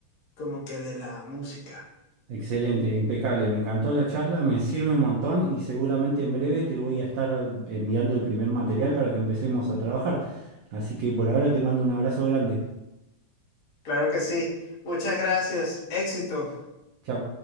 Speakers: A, on the left; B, on the right.
A: como que de la música.
B: Excelente, impecable. Me encantó la charla, me sirve un montón y seguramente en breve te voy a estar enviando el primer material para que empecemos a trabajar. Así que por ahora te mando un abrazo grande.
A: Claro que sí. Muchas gracias. Éxito.
B: Chao.